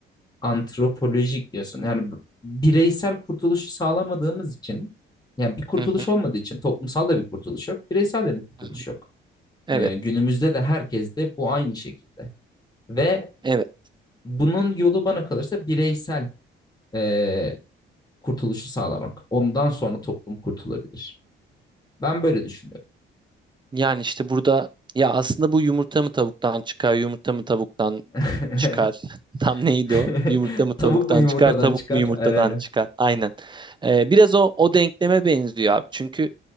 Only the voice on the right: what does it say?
Hı hı,
hı hı.
Evet,
evet.
Yani işte burada ya aslında bu yumurta mı tavuktan çıkar, yumurta mı tavuktan
çıkar? <laughs> Tam neydi
o? Yumurta mı tavuktan
çıkar, tavuk
mu yumurtadan
çıkar? Aynen. Ee, biraz o, o denkleme benziyor abi. Çünkü